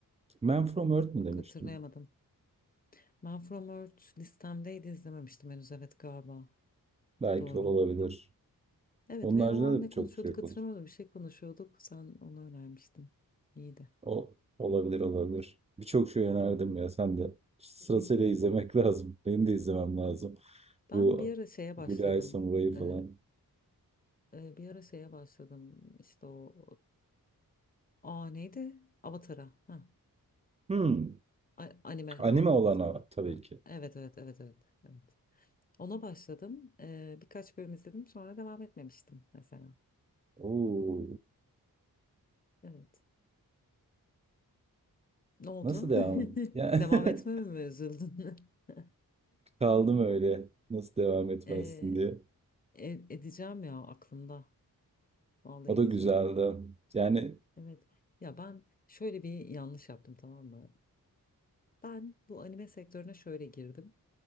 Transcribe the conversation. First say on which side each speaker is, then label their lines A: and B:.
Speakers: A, on the right; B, on the left.
A: Man From Earth mi
B: Bak
A: demiştim?
B: hatırlayamadım. Man From Earth listemdeydi izlememiştim henüz. Evet galiba.
A: Belki
B: Doğru.
A: olabilir.
B: Evet
A: Onun
B: ve
A: haricinde
B: o an ne
A: de çok
B: konuşuyorduk
A: şey konuştuk.
B: hatırlamıyorum. Bir şey konuşuyorduk. Sen onu önermiştin. İyiydi.
A: O olabilir olabilir. Birçok şey önerdim
B: Hı hı.
A: ya sen de. Sırasıyla
B: Hı hı.
A: izlemek <laughs> lazım. Benim de izlemem lazım.
B: Ben
A: Bu
B: bir ara şeye
A: Blue
B: başladım.
A: Eye Samurai'ı
B: Ee,
A: falan.
B: e, bir ara şeye başladım. işte o Aa neydi? Avatar'a. Ha.
A: Hmm.
B: A- Anime
A: Anime
B: olan
A: olana
B: Avatar.
A: tabii ki.
B: Evet evet evet evet evet. Ona başladım. Ee, birkaç bölüm izledim sonra devam etmemiştim mesela.
A: Oo.
B: Evet. Ne oldu?
A: Nasıl devam?
B: <laughs>
A: Yani
B: Devam
A: <laughs>
B: etmeme mi üzüldün? <laughs>
A: kaldım öyle. Nasıl devam etmezsin
B: Ee,
A: diye.
B: e- edeceğim ya aklımda. Vallahi
A: O
B: edeceğim.
A: da güzeldi. Yani
B: Evet. Ya ben şöyle bir yanlış yaptım tamam mı? Ben bu anime sektörüne şöyle girdim.